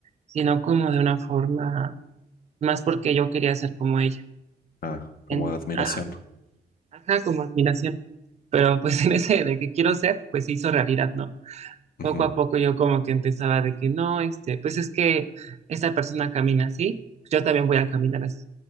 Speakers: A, on the right; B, on the left.
A: sino como de una forma más porque yo quería ser como ella.
B: Ah, como
A: En,
B: de admiración.
A: ajá, ajá, como admiración. Pero pues <laughs> en ese de que quiero ser, pues se hizo realidad, ¿no?
B: Ujú.
A: Poco a poco yo como que empezaba de que no, este, pues es que esta persona camina así, yo también voy a caminar así.